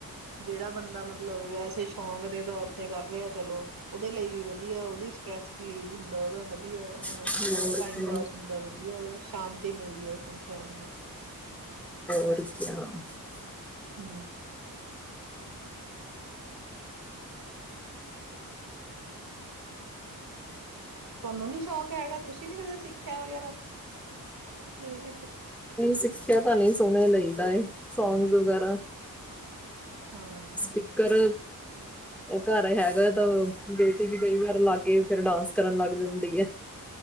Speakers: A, on the right; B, in the centre.
A: ਜਿਹੜਾ ਬੰਦਾ ਮਤਲਬ ਵੈਸੇ ਸ਼ੌਕ ਦੇ ਤਰ ਤੇ ਕਰ ਰਿਹਾ ਚਲੋ ਓਦੇ ਲਈ ਵੀ ਵਧੀਆ ਓ ਸਸ ਰਿਲੀਜ਼ ਹੁੰਦਾਓਦਾ ਵਧੀਆੂੰ
B: ਹੋਰ
A: ਟਾਈਮ
B: ਕੀ
A: ਪਾਸ ਹੁੰਦਾ ਵਧੀਆ ਵਧੀਆ ਸ਼ਾਂਤੀ ਮਿਲਦੀ ਹੈ। ਉਸ ਇਨਸਾਨ ਨੂੰ
B: <unintelligible>
A: ਹੂ ਤੁਹਾਨੂੰ ਨੀ ਸ਼ੌਕ ਹੈਗਾ ਤੁਸੀਂ ਨੀ ਕਦੇ ਸਿੱਖਿਆ ਵਗੈਰਾ ਮਿਊਜਿਕ
B: ਸਿੱਖਿਆ ਤਾਂ ਨਹੀ ਸੁਣ ਲਈਦਾ ਸੌਗਸ ਵਗੈਰਾ
A: ਹਾਂ
B: ਸਪੀਕਰ ਘਰ ਹੈਗਾ ਤਾਂ ਬੇਟੀ ਵੀ ਕਈ ਵਾਰ ਲਾ ਕੇ ਫੇਿਰ ਡਾਂਸ ਕਰਨ ਲੱਗ ਜਾਂਦੀ ਹੈ।